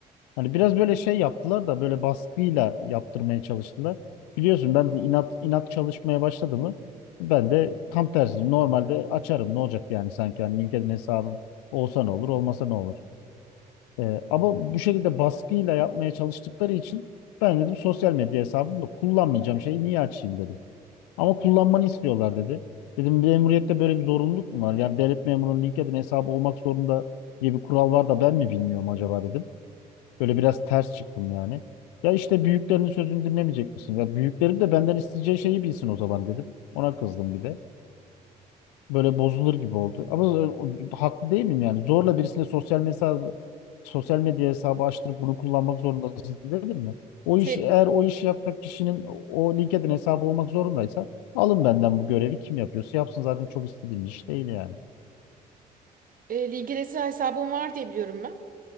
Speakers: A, on the left; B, on the right.
A: Hani biraz böyle şey yaptılar da böyle baskıyla yaptırmaya çalıştılar. Biliyorsun ben de inat inat çalışmaya başladı mı ben de tam tersi normalde açarım ne olacak yani sanki hani LinkedIn hesabım olsa ne olur olmasa ne olur. Ee, ama bu şekilde baskıyla yapmaya çalıştıkları için ben dedim sosyal medya hesabım yok kullanmayacağım şeyi niye açayım dedim. Ama kullanmanı istiyorlar dedi. Dedim memuriyette böyle bir zorunluluk mu var? Yani devlet memurunun LinkedIn hesabı olmak zorunda diye bir kural var da ben mi bilmiyorum acaba dedim. Böyle biraz ters çıktım yani. Ya işte büyüklerinin sözünü dinlemeyecek misin? Ya büyüklerim de benden isteyeceği şeyi bilsin o zaman dedim. Ona kızdım bir de. Böyle bozulur gibi oldu. Ama o- haklı değil miyim yani? Zorla birisine sosyal mesaj sosyal medya hesabı açtırıp bunu kullanmak zorundasın dedim mi? O
B: Te,
A: iş eğer o işi yapacak kişinin o LinkedIn hesabı olmak zorundaysa alın benden bu görevi kim yapıyorsa yapsın zaten çok istediğim bir iş değil yani.
B: e, LinkedIn hesabım var diye biliyorum ben.